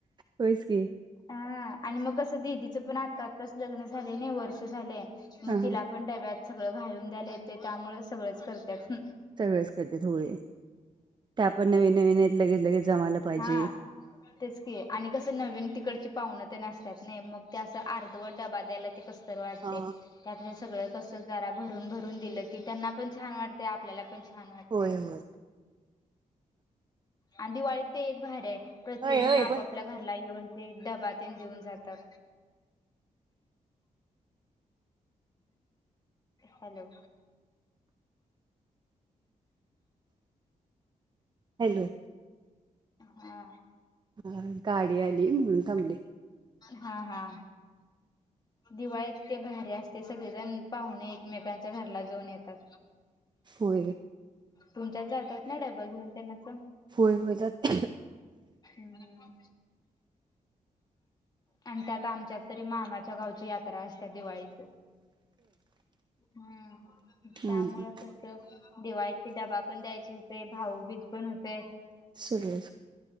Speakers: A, on the right; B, on the left.
A: व्हयस की.
B: हा आणि मग कसं दिदीचं पण आता आत्ताच लग्न झालय नाही वर्ष झालंय मग
A: हा
B: तिला
A: हा
B: पण डब्यात सगळं घालून द्याला येतय त्यामुळ सगळंच करत्यात.
A: सगळच करत्यात होय ते आपण नवीन नवीन लगे लगेच जमायला पाहिजे.
B: हा
A: <inaudible>
B: तेच की आणि कसं नवीन तिकडची पाहुणं तेन असत्यात नाही मग ते असं अर्धवट डबा द्यायला ते कसं तर वाटतय
A: हा
B: ते आपल सगळ कस जरा भरून भरून दिलं की त्यांना पण छान वाटतय आपल्याला पण छान वाटतयं.
A: होय होय
B: आणि दिवाळीत ते एक भारी आहे प्रत्येक
A: होय
B: जण
A: होय
B: आपापल्या
A: पण
B: घरला येऊन ते डबा तेन देऊन जातात. हॅलो
A: हॅलो
B: हा
A: ह गाडी आली म्हणून थांबली.
B: हा हा दिवाळीत ते भारी असते. सगळेजण पाहुणे एकमेकांच्या घरला जाऊन येतात.
A: होय
B: तुमच्यात जातात ना डबा घेऊन त्यांनाच
A: होय होय जात.
B: हम्म आणि त्यात आमच्यात तरी मामाच्या गावची यात त्रा असते स त्या दिवाळीत हम्
A: हम्म.
B: त्यामुळे तस दिवाळीत डबा पण द्यायचे होते. भाऊबीज पण होते.
A: सगळ